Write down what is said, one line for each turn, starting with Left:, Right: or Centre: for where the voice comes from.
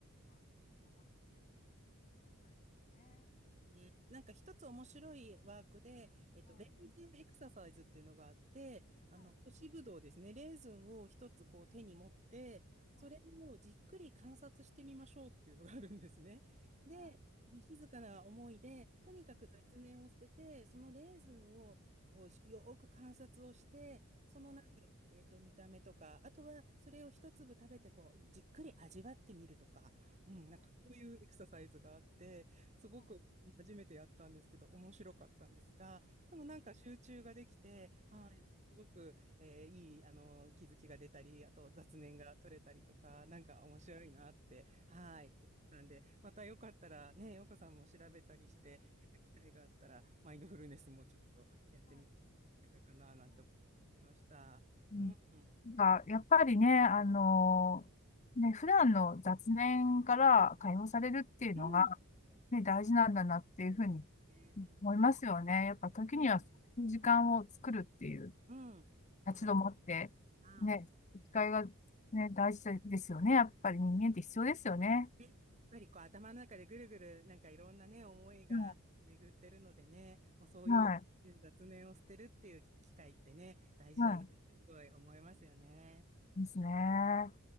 Right: ね、なんか一つ面白いワークで、えっと、レーズンエクササイズっていうのがあって、あの、干しぶどうですね、レーズンを一つこう手に持って、それをじっくり観察してみましょうっていうのがあるんですね。で、静かな思いで、とにかく雑念を捨てて、そのレーズンをこうよーく観察をして、そのなんか、えっと、見た目とか、あとはそれを一粒食べてこう、じっくり味わってみるとか、うん、なんかそういうエクササイズがあって、すごく初めてやったんですけど、面白かったんですが、でもなんか集中ができて、はい、すごく、えーいい、あの、気づきが出たり、あと雑念が取れたりとか、なんか面白いなって、はい、思ったんで、またよかったらね、ようこさんも調べたりして、機会があったら、マインドフルネスもちょっとやってみるかかな、なんて思いました。
Left: うん
Right: うん。
Left: なんか、やっぱりね、あのね、普段の雑念から解放されるっていうのが、
Right: うん。
Left: ね、大事なんだなっていうふうに
Right: ですね。
Left: 思いますよね。やっぱ時にはそういう時間を作るっていう
Right: うん。うん。そう。
Left: 立ち止まって、
Right: はい。
Left: ね、機会が、ね、大事ですよね。やっぱり人間って必要ですよね。
Right: ね、やっぱりこう頭の中でぐるぐるなんかいろんなね、思いが巡ってるのでね、
Left: うん、
Right: もうそういう雑念を捨てるっていう機会ってね、
Left: はい、
Right: 大事だなってすごい思いますよね。
Left: はい、ですね。